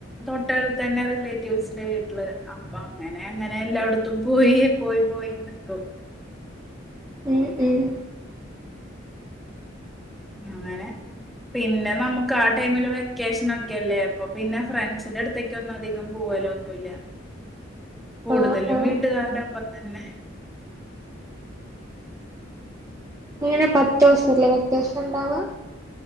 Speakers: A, in the centre; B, on the right.
A: തൊട്ടടുത്തന്നെ റിലേറ്റീവ്സിന്റെ വീട്ടില് അപ്പൊ അങ്ങനെ അങ്ങനെ എല്ലാവ്ടത്തും പോയി പോയി പോയി നിക്കും
B: ഉം ഉം
A: അങ്ങനെ പിന്നെ നമുക്ക് ആ ടൈമില് വെക്കേഷനൊക്കെയല്ലേ അപ്പൊ പിന്നെ ഫ്രണ്ട്സിന്റെ അടുത്തേക്കൊന്നും അധികം പോവാലൊന്നുല്ല കൂടുതലും
B: ആഹ് ആഹ്
A: വീട്ടുകാരുടെ ഒപ്പം തന്നെ
B: എങ്ങനെ പത്തൂസല്ലേ വെക്കേഷണ്ടാവ?